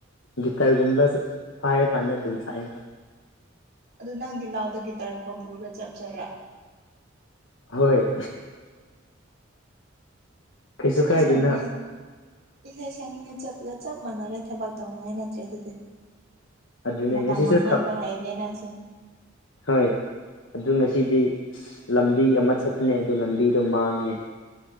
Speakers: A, on the left (about 75°); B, on the right (about 50°).
A: ꯒꯤꯇꯔꯒꯨꯝꯕ ꯄꯥꯏꯔ ꯀꯥꯟꯗ ꯑꯗꯨꯝ ꯁꯛꯑꯦꯕ
B: ꯑꯗꯨ ꯅꯪꯗꯤ ꯂꯧꯗ ꯒꯤꯇꯥꯔꯒꯨꯝꯕ ꯄꯨꯔꯒ ꯆꯞ ꯆꯥꯔꯦ
A: ꯍꯣꯏ ꯀꯩꯁꯨ
B: ꯏꯁꯩ
A: ꯀꯥꯏꯗꯦꯅ
B: ꯁꯛꯅꯤꯡꯉꯦ ꯏꯁꯩ ꯁꯛꯅꯤꯡꯉꯦ ꯆꯠꯂꯒ ꯆꯞ ꯃꯥꯟꯅꯔꯦ ꯊꯕꯛ ꯇꯧꯅꯤꯡꯉꯥꯏ ꯅꯠꯇ꯭ꯔꯦ ꯑꯗꯨꯗꯤ
A: ꯑꯗꯨꯅꯦ
B: ꯃꯇꯝ
A: ꯉꯁꯤꯁꯨ
B: ꯃꯥꯡꯍꯟꯕ
A: ꯊꯛ
B: ꯍꯩꯅꯦ ꯅꯪꯁꯦ
A: ꯍꯣꯏ ꯑꯗꯨ ꯉꯁꯤꯗꯤ ꯑꯁ ꯂꯝꯕꯤ ꯑꯃ ꯆꯠꯄꯅꯦ ꯑꯗꯨ ꯂꯝꯕꯤꯗꯣ ꯃꯥꯡꯉꯦ